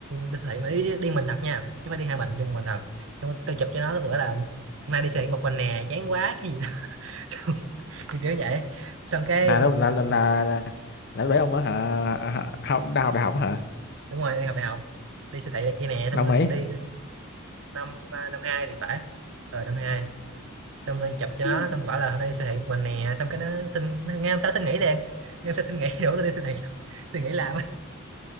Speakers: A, on the right; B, on the left.
A: đi siêu thị mà đi, đi mình thật nha chứ không phải đi hai mình đi một mình thật xong tôi chụp cho nó bữa là hôm nay đi siêu thị một mình nè chán quá cái gì đó <laughs> xong, kiểu kiểu vậy xong cái
B: là đâu là là là là, là lúc đấy ông ở hả hả- học đại học đại học hả
A: đúng rồi đang học đại học đi siêu thị này kia nè
B: năm
A: xong rồi
B: mấy
A: đi năm à, năm hai thì phải ờ năm hai xong tôi chụp cho
B: <laughs>
A: nó xong tôi bảo là hôm nay đi siêu thị một mình nè xong cái nó xin ngay hôm sau xin nghỉ liền ngay hôm sau xin nghỉ <laughs> đổ tôi đi siêu thị luôn. <laughs> tôi nghỉ làm á,